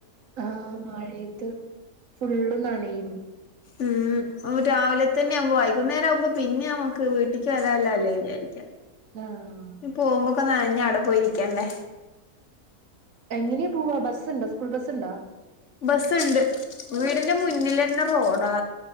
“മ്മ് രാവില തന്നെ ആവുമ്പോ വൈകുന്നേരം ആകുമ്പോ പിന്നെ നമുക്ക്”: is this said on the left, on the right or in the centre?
Left